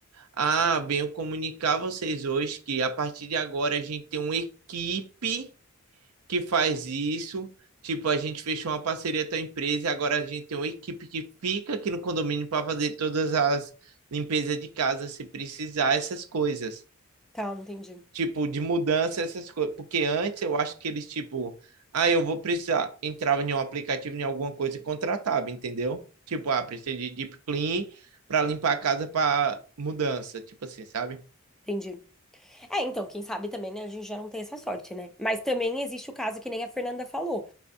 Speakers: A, on the right; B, in the centre.
A: Ah, venho comunicar a vocês hoje que a partir de agora a gente tem uma equipe que faz isso. Tipo, a gente fechou uma parceria com a empresa e agora a gente tem uma equipe que fica aqui no condomínio para fazer todas as limpezas de casa, se precisar, essas coisas.
B: Tá, entendi.
A: Tipo, de mudança, essas coisas. Porque antes eu acho que eles, tipo, ah, eu vou precisar. Entrava em um aplicativo, em alguma coisa e contratava, entendeu? Tipo, ah, precisa de deep clean para limpar a casa para mudança, tipo assim, sabe?
B: Entendi. É, então, quem sabe também, né? A gente já não tem essa sorte, né? Mas também existe o caso que nem a Fernanda falou,